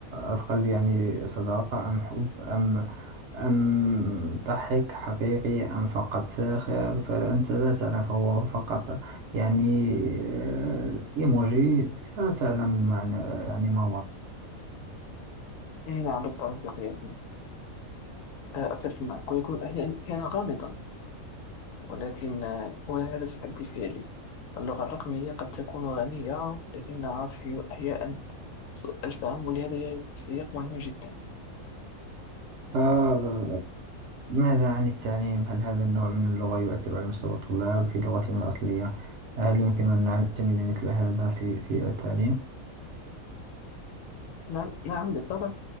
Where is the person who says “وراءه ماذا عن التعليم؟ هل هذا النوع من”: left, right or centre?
Right